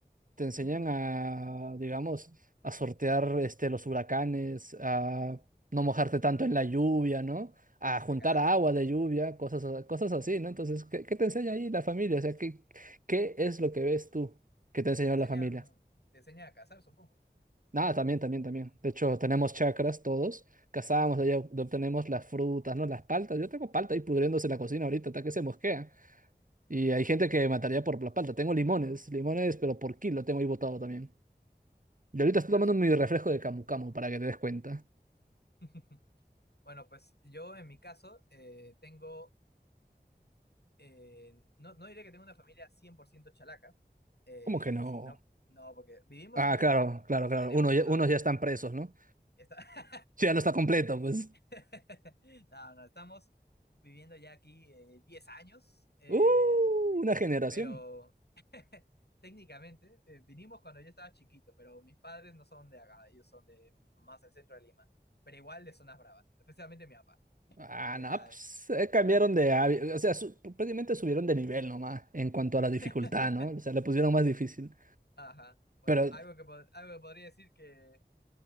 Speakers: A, on the right; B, on the left.
A: te enseñan
B: <laughs>
A: a, digamos, a sortear este, los huracanes, a no mojarte tanto en la lluvia, ¿no? A juntar
B: Y a cazar.
A: agua de lluvia, cosas, a- cosas así, ¿no? Entonces, ¿qué, qué te enseña ahí la familia? O sea, ¿qué, qué es lo que ves tú que te enseñó
B: Y te enseñan,
A: la familia?
B: te enseñan a cazar, supongo.
A: Nada, también, también, también. De hecho, tenemos chakras todos, cazamos, de ahí ob- obtenemos las frutas, ¿no? Las paltas. Yo tengo palta ahí pudriéndose en la cocina ahorita, hasta que se mosquea. Y hay gente que mataría por la palta. Tengo limones, limones, pero por kilo tengo ahí botado también. Y ahorita estoy
B: Ah,
A: tomando
B: su-
A: mi refresco de Camu Camu para que te des cuenta.
B: <laughs> Bueno, pues yo en mi caso eh, tengo, eh, no, no diré que tengo una familia 100% chalaca, eh,
A: ¿Cómo que no?
B: sino, no, porque vivimos
A: Ah,
B: en Callao.
A: claro, claro,
B: Te-
A: claro.
B: tenemos,
A: Uno ya-
B: estamos,
A: unos ya
B: vivi-
A: están presos, ¿no?
B: está-
A: Sí, Ya no está completo, pues.
B: <laughs> No, no, estamos viviendo ya aquí eh, 10 años, eh,
A: ¡Uh! Una generación.
B: pero <laughs> técnicamente eh, vinimos cuando yo estaba chiquito, pero mis padres no son de acá, ellos son de más del centro de Lima, pero igual de zonas bravas, especialmente mi papá.
A: Ah,
B: Él era,
A: no, pues
B: de-
A: eh,
B: él
A: cambiaron
B: era así
A: de hábi-
B: de...
A: O sea, su- prácticamente subieron de nivel nomás en cuanto a la dificultad,
B: <laughs>
A: ¿no? O sea, le pusieron más difícil.
B: Ajá. Bueno,
A: Pero,
B: algo que, pod- algo que podría decir que,